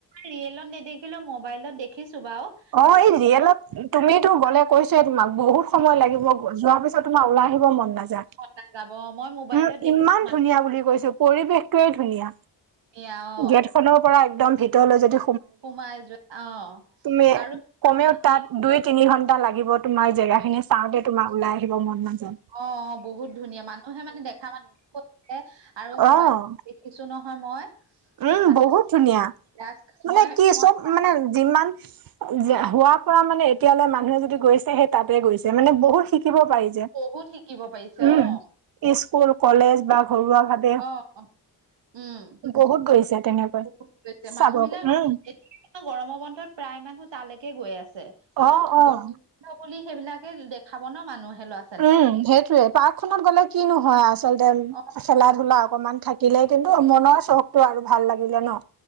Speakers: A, on the right (about 85°); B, on the right (about 55°).
A: ৰিয়েলত নেদখিলো মোবাইলত দেখিছো বাও।
B: অ এই ৰিয়েলত তুমিতো গ'লে কৈছোয়ে তোমাক বহু সময় লাগিব যোৱাৰ পিছত তোমাৰ ওলাই আহিব মন নায- যা,
A: মন নাযাব মই মোবাইলত
B: উম
A: দেখিছো
B: ইমান ধুনীয়া বুলি কৈছো পৰিৱেশ কেই ধুনীয়া,
A: মানুহ অ
B: গেট খনৰ পৰা একদম ভিতৰলৈ যদি
A: সোমাই যোৱা অ
B: তুমি
A: আৰু
B: কমেও
A: বাহিৰ
B: তাত দুই তিনি ঘন্টা লাগিব তোমাৰ জেগা খিনি চাওঁতে তোমাক ওলাই আহিব মন নাজাব-
A: অ বহুত ধুনীয়া মানুহে মানে দেখা মানুহ কৈছে আৰু মোবাইল
B: অ',
A: দেখিছো নহয় মই।
B: উম
A: চাই
B: বহুত ধুনীয়া
A: তাক
B: মানে
A: মই
B: কি
A: মই
B: চব মানে যিমান হোৱা পৰা মানে এতিয়ালৈ মানুহে যদি গৈছে সেই তাতে গৈছে মানে বহুত শিকিব পাৰি যে
A: বহুত শিকিব পাৰিছে
B: উম
A: অ',
B: স্কুল, কলেজ বা ঘৰুৱাভাৱে
A: অ অ উম
B: বহুত গৈছে তেনেকৈ
A: বহুত গৈছে
B: চাব
A: মানুহ বিলাক
B: উম,
A: এতিয়া গৰমৰ বন্ধত প্ৰায় মানুহ তালৈকে গৈ আছে
B: অ',
A: <unintelligible>
B: অ'।
A: বুলি সেইবিলাকে দেখাব ন মানুহে ল-
B: উম সেইটোয়ে পাৰ্কখনত গ'লে কিনো হয়। আচলতে
A: অ',
B: খেলা ধূলা অকনমান থাক- দিলে কিন্তু মনৰ চখতটো আৰু ভাল লাগিলে ন।